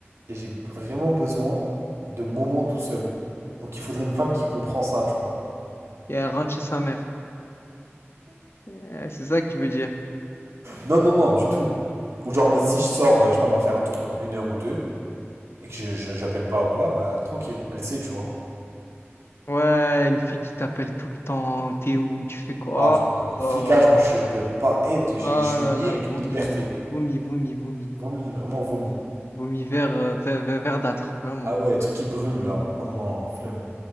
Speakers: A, on the right (about 80°); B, on the left (about 60°).
A: Et j'ai vraiment besoin de moments tout seul. Donc il faudrait une femme qui comprend ça, tu vois.
B: Et elle rentre chez sa mère. Euh, C'est ça que tu veux dire.
A: Non, non, non, du tout. Ou genre, bah, si je sors, euh, je sais pas, moi, faire un tour pendant une heure ou deux, et que je, je- j'appelle pas ou quoi, bah tranquille, elle sait, tu vois.
B: Ouais, une fille qui t'appelle tout le temps. T'es où? Tu fais quoi?
A: Ah, je peux pas. Le
B: Oh
A: flicage, moi, je peux pas. Eh, de- je,
B: là là,
A: je suis
B: oh là
A: né
B: là,
A: avec
B: vomi,
A: une liberté.
B: vomi, vomi, vomi.
A: Vomi, vraiment vomi.
B: Vomi vert, euh, vert vert verdâtre, vraiment.
A: Ah ouais, le truc qui brûle, là. Oh non, non, non, flemme.